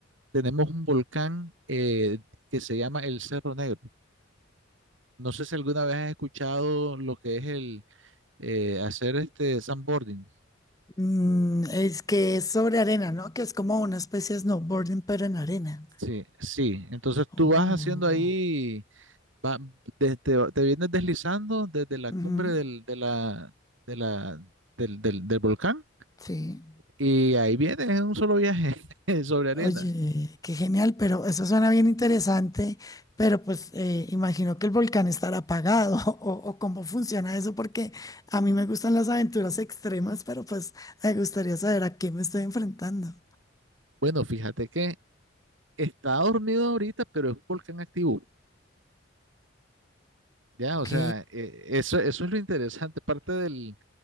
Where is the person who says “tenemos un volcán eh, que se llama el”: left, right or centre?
Right